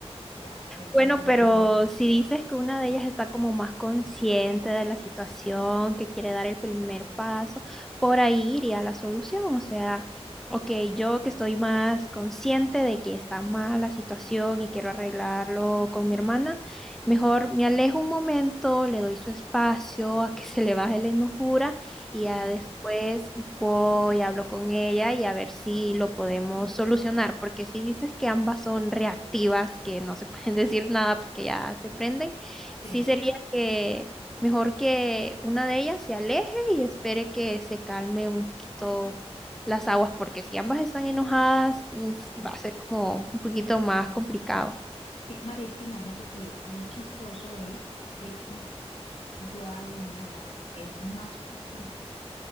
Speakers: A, on the left (about 65°); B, in the centre.
A: ya prendieron.
B: Bueno, pero si dices que una de ellas está como más consciente de la situación, que quiere dar el primer paso, por ahí iría la solución. O sea, ok, yo que estoy más consciente de que está mal la situación y quiero arreglarlo con mi hermana, mejor me alejo un momento, le doy su espacio a que <laughs> se le baje la enojura Y
A: Sí,
B: ya después voy, hablo con ella y a ver si lo podemos solucionar, porque si dices que ambas son reactivas, que no se <laughs> pueden decir nada porque ya se prenden, sí
A: sí,
B: sería que mejor que una de ellas se aleje y espere que se calme un poquito las aguas, porque si ambas están enojadas, mm,
A: sí.
B: va a ser como un poquito más complicado.
A: Sí, María, es que imagínate que lo chistoso es de que yo a una, la que es más fofurito,